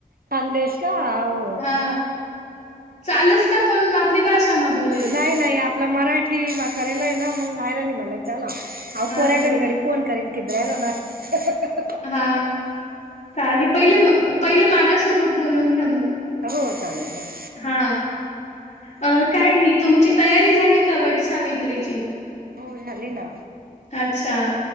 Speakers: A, on the right (about 80°); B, on the left (about 50°).
A: खांदेश का हाव.
B: हा चालस का पण आपली भाषा मा बोलेल?
A: नाही नाही आपला मराठी करायल आहे ना मग आहेयराली म ला
B: हा
A: पोऱ्याकरी
B: असं आहे
A: राहिली. फोन करीन किधर राहणार का
B: हा चाले पहिले, पहिले माझ्यासोबत बोलून घ्या मग.
A: हो चालेल, चालेल.
B: हा काय नाही तुमची तयारी झाली का वट सावित्रीची?
A: हो झाली ना.
B: अच्छा